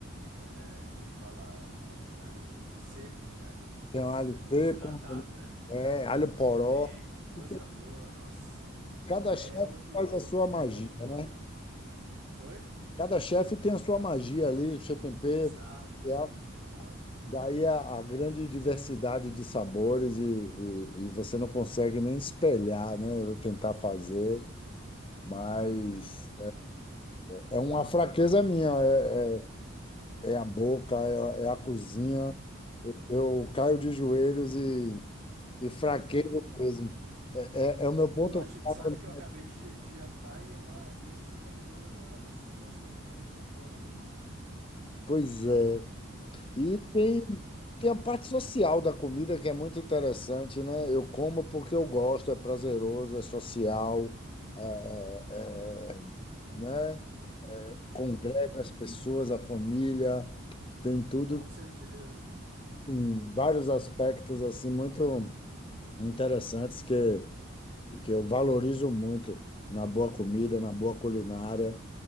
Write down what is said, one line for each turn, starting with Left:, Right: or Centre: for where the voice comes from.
Right: é, como é que fala? É, alho seco, né? Alho
Left: tem
Right: des-
Left: alho
Right: desidratado,
Left: seco,
Right: né?
Left: é, alho poró.
Right: Bacon, coisa
Left: E tem-
Right: boa. Nossa,
Left: Cada
Right: é
Left: chefe
Right: outro,
Left: faz a sua magia,
Right: é outro padrão.
Left: né?
Right: Oi?
Left: Cada chefe tem a sua magia ali, o seu tempero,
Right: Exato,
Left: especial.
Right: exato.
Left: Daí a, a grande diversidade de sabores e, e, e você não consegue nem espelhar, né? Eu tentar fazer. Mas é, é uma fraqueza minha, é, é, é a boca, é, é a cozinha. Eu caio de joelhos e, e fraquejo
Right: <laughs>
Left: mesmo. É, é, é o meu ponto
Right: Tu acha, tu
Left: fraco.
Right: sabe
Left: né?
Right: que eu acabei de, ja- de jantar e agora, mesmo assim, tá me dando agora, dessa conversa também tá me dando fome, viu?
Left: Pois é. E tem, tem a parte social da comida que é muito interessante, né? Eu como porque eu gosto, é prazeroso, é social, é, é, né? Congrega
Right: Uhum.
Left: as pessoas, a família, tem tudo
Right: Com certeza.
Left: em vários aspectos assim muito interessantes que, que eu valorizo muito na boa comida, na boa culinária.